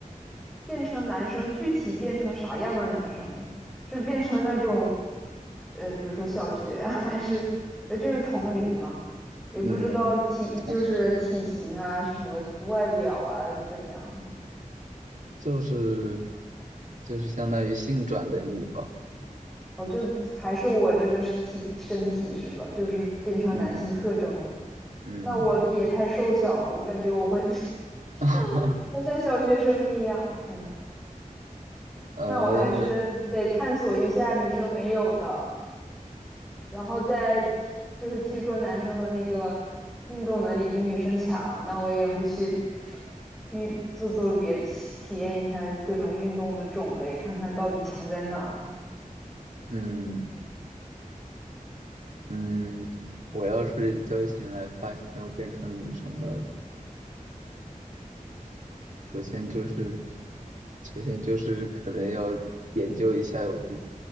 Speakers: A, in the centre; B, on the right.
A: 变成男生具体变成啥样的男生，是变成那种，呃，比如说小学啊 <laughs> 还是，呃，就是同龄嘛，也不知道体就是体型啊什么外表啊怎样，
B: 嗯，从就是就是相当于性转的你吧。
A: 我就还是我这个身体身体是吧？就是变成男性特征了。
B: 嗯嗯，
A: 那我也太瘦小了，我感觉我会 <laughs>
B: <laughs>
A: 会像小学生一样。天呐，
B: 呃
A: 那我还嗯是得探索一下女生没有的，然后再听就是听说男生的那个运动能力比女生强，那我也会去运做做别的体体验一下各种运动的种类，看看到底强在哪儿。
B: 嗯嗯，我要是一觉醒来发现我变成女生了。首先就是，首先就是可能要研究一下我的